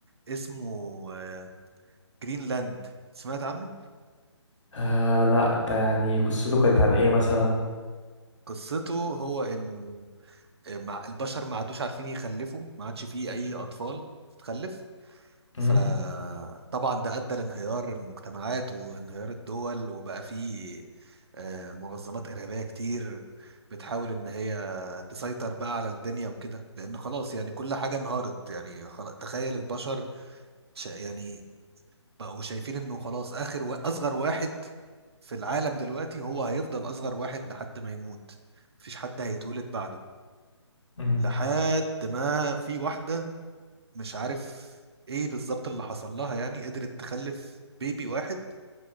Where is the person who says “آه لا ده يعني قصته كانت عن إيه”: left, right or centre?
Left